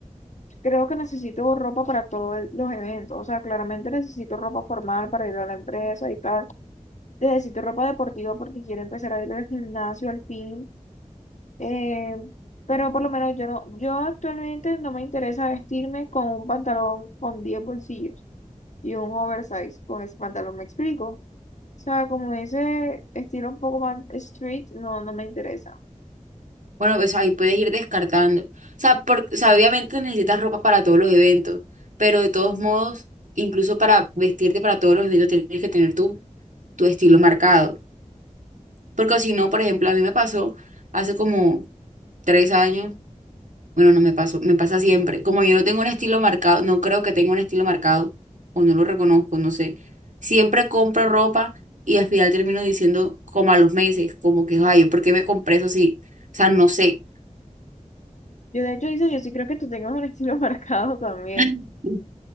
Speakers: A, on the left; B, on the right.
A: creo que necesito ropa para todos el- los eventos. O sea, claramente necesito ropa formal para ir a la empresa y tal. Necesito ropa deportiva porque quiero empezar a ir al gimnasio al fin. Eh, pero por lo menos yo no, yo actualmente no me interesa vestirme con un pantalón con 10 bolsillos y un oversize. Con ese pantalón me explico. O sea, como ese estilo un poco más street, no, no me interesa.
B: Bueno, pues ahí puedes ir descartando. O sea, por- o sea, obviamente necesitas ropa para todos los eventos, pero de todos modos, incluso para vestirte para todos los eventos tienes que tener tu, tu estilo marcado. Porque si no, por ejemplo, a mí me pasó hace como tres años, bueno, no me pasó, me pasa siempre. Como yo no tengo un estilo marcado, no creo que tenga un estilo marcado, o no lo reconozco, no sé. Siempre compro ropa y al final termino diciendo como a los meses, como que, ay, ¿por qué me compré eso si, O sea, no sé.
A: Yo de hecho, dice, yo sí creo que tú tengas un estilo <laughs> marcado también.
B: <laughs>